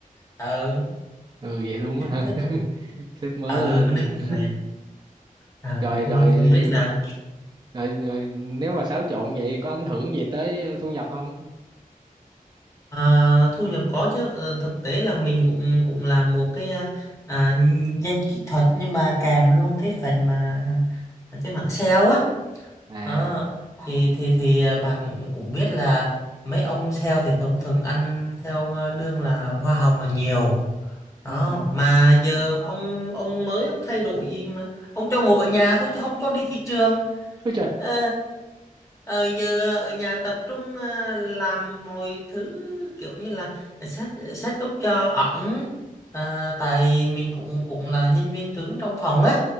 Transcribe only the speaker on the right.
ừ vậy luôn á hả
<laughs>
sếp mới
lên
<laughs>
rồi
rồi
rồi rồi nếu mà xáo trộn vậy có ảnh hưởng gì tới thu nhập không
à
ừ
ôi trời